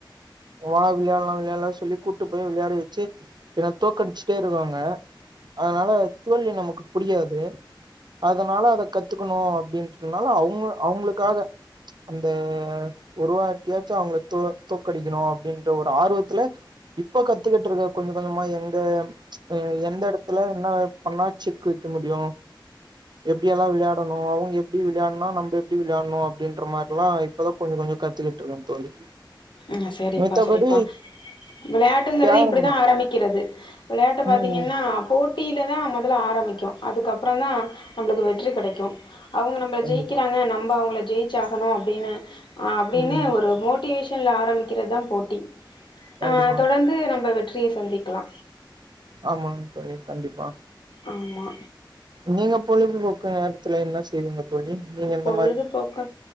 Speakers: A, on the right; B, on the left.
A: வா விளையாடலா விளையால சொல்லி கூட்டு போய் விளையாடி வச்சு என்ன தோக்கடிச்சுட்டே இருகாங்க அதனால தோல்வி நமக்கு புடிகாது அதனால அத கத்துக்கணு அப்டின்றதுனால அவுங்க அவுங்களுக்காக அந்த ஒரு வாட்டியாச்சு அவுங்க தோ தோக்கடிக்கணு அப்டின்ற ஒரு ஆர்வத்துல இப்ப கத்துக்கிட்ருக்க கொஞ்ச கொஞ்சமா எங்க ம் எந்த எடத்துல என்ன பண்ணா செக் வைக்க முடியு எப்டியெல்லா விளையாடணு அவுங்க எப்டி விளையாட்னா நம்ப எப்டி விளையாணு அப்டின்ற மாரிலா இப்பதா கொஞ்ச கொஞ்ச கத்துக்கி ட்ருக்கே தோழி
B: ம் சரிப்பா
A: மித்தபடி
B: சரிப்பா விளையாட்டுங்குறது
A: கேரம்
B: இப்டிதா ஆரம்பிக்கிறது விளையாட்டு பாத்தீங்கன்னா
A: ம்
B: போட் டில தா மொதல்ல ஆரம்பிக்கு அதுக்கப்புறோ தா நம்மளுக்கு வெற்றி கெடைக்கு அவுங்க நம்பள
A: கண்டிப்பா
B: ஜெயிக்கிறாங்க நம்ப அவுங்கள ஜெயிச்சாகணு அப்டின் அப்டின்னு
A: ம்
B: ஒரு மோட்டிவேஷன் ல ஆரம்பிக்கிறது தா போட்டி
A: கண்டிப்பா
B: அ தொடர்ந்து நம்ப வெற்றிய சந்திக்கலா
A: ஆமாங் தோழி கண்டிப்பா
B: ஆமா
A: நீங்க பொழுது போக்கு நேரத்துல என்ன செய்விங்க தோழி நீங்க எந்த
B: பொழுதுபோக்க
A: மாரி